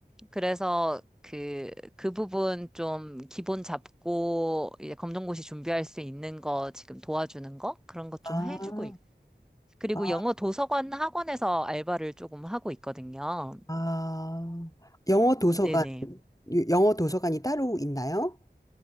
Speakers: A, in the centre; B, on the left.
A: 그래서 그, 그 부분 좀 기본 잡고 이제 검정고시 준비할 수 있는 거 지금 도와주는 거? 그런 거 좀
B: 아,
A: 해주고 있고. 그리고
B: 아,
A: 영어 도서관 학원에서 알바를 조금 하고 있거든요.
B: 아. 영어 도서관,
A: 네네.
B: 유- 영어 도서관이 따로 있나요?